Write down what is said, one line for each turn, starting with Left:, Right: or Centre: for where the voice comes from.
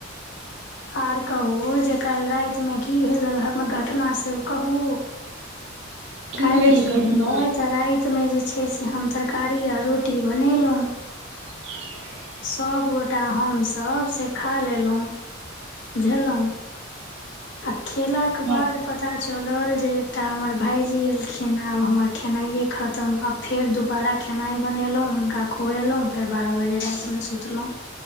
Left: आर कहू जे काल्हि रातिमे की भेल हर घटना से ओ कहू
Right: <inaudible>
Left: कालि
Right: भेल
Left: की
Right: घटना
Left: भेलै त राइ तमे जे छै से हम तरकारी आर रोटी बनेलहुँ
Right: <inaudible>
Left: सबगोटा हमसभ से खा लेलहुँ बुझेलहुँ आ खेला
Right: हँ
Left: के बाद पता चलल जे तऽ हमर भाइजी अएलखिन आब हमर खेनाइए खतम आब फेर दुबारा खेनाइ बनेलहुँ हुनका खुएलहुँ फेर बारह बजे रातिमे सुतलहुँ